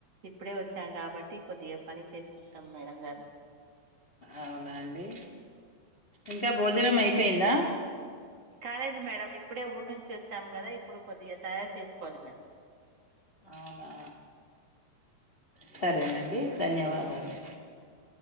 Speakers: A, on the right (about 45°); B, on the left (about 45°).
A: ఇప్పుడే వచ్చాం, కాబట్టి కొద్దిగా పని చేసుకుంటాం మేడం గారు.
B: అవునా అండి ఇంకా భోజనం అయిపోయిందా.
A: కాలేదు మేడం ఇప్పుడే ఊరి నుంచి వచ్చాము, కదా ఇప్పుడు కొద్దిగా తయారు చేసుకోవాలి మేడం.
B: అవునా సరేనండి ధన్యవాదాలు
A: ఆ,